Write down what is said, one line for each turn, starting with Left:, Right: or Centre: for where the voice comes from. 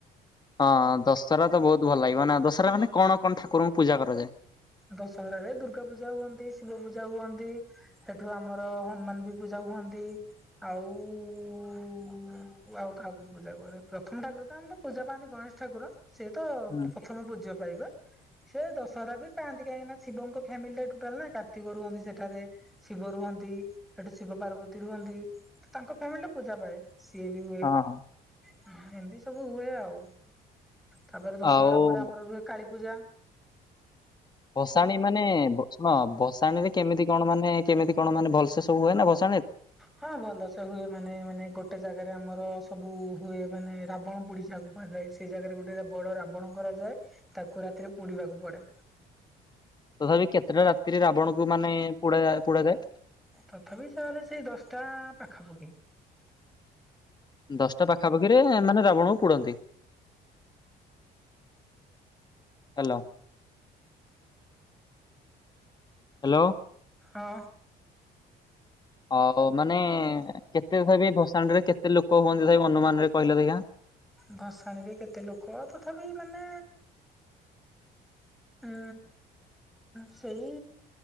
Left: ହଁ ଦଶହରା ତ ବହୁତ ଭଲ ଲାଗିବ ନା ଦଶହରା ମାନେ କଣ କଣ ଠାକୁରଙ୍କୁ ପୂଜା କରାଯାଏ?
Centre: ଦଶହର ରେ ଦୁର୍ଗା ପୂଜା ହୁଅନ୍ତି, ଶିବ ପୂଜା ହୁଅନ୍ତି, ସେଠୁ ଆମର ହନୁମାନ ବି ପୂଜା ହୁଅନ୍ତି, ଆଉଉ କାହାକୁ ପୂଜା କରେ ପ୍ରଥମ ଠାକୁର ତ ଆମର ପୂଜା ପାଆନ୍ତି ଗଣେଶ ଠାକୁର। ସେ ତ
Left: ହୁଁ
Centre: ପ୍ରଥମ ପୂଜା ପାଇବେ, ସେ ଦଶ <unintelligible> ପାଆନ୍ତି କାହିଁକିନା ଶିବଙ୍କ ଫ୍ୟାମିଲିଟା ଟୋଟାଲ ନା କାର୍ତ୍ତିକ ରୁହନ୍ତି, ସେଠାରେ ଶିବ ରୁହନ୍ତି, ସେଠୁ ଶିବ ପାର୍ବତୀ ରୁହନ୍ତି, ତ ତାଙ୍କ ଫ୍ୟାମିଲି ଟା ପୂଜା ପାଏ। ସିଏ ବି ହୁଏ।
Left: ହଁ
Centre: ଏମିତି
Left: ହଁ
Centre: ସବୁ ହୁଏ ଆଉ। ତାପରେ ଦଶହରା
Left: ଆଉ
Centre: ପରେ ଆମର ରୁହେ କାଳି ପୁଜା
Left: ବସାଣିୀ ମାନେ ହ ଶୁଣ ବସାଣିୀରେ କେମିତି କଣ ମାନେ କେମିତି କଣ ମାନ ଭଲସ ସବୁ ହୁଏ ଭ
Centre: ହଁ ଭଲ ତ ହୁଏ ମାନେ ମାନେ ଗୋଟେ ଜାଗା ଜାଗାରେ ଆମର ସବୁ ହୁଏ ମାନେ ରାବଣ ପୋଡି ଯାକୁ କୁହାଯାଏ ସେଇ ଜାଗାରେ ଗୋଟେ ବଡ ରାବଣ କରାଯାଏ ତାକୁ ରାତିରେ ପୋଡିବାକୁ ପଡେ-
Left: ତଥାପି କେତେଟା ରାତିରେ ରାବଣକୁ ମାନେ ପୋଡାଏ ପୋଡାଯାଏ ।
Centre: ତଥାପି ସାରେ ସେଇ ଦଶଟା ପାଖାପାଖି
Left: ଦଶଟା ପାଖାପାଖିରେ ମାନେ ରାବଣକୁ ପୁଡନ୍ତି ହ୍ୟାଲୋ। ହ୍ୟାଲୋ।
Centre: ହଁ।
Left: ଆଉ ମାନେ କେତେ ତଥାପି ଭସାଣରେ କେତେ ଲୋକ ହୁଅନ୍ତି ତଥା ଅନୁମାନରେ କହିଲେ ଆଜ୍ଞା।
Centre: ଭସାଣିରେ କେତେ ଲୋକ ତଥାପି ମାନେ ଉ ସେଇ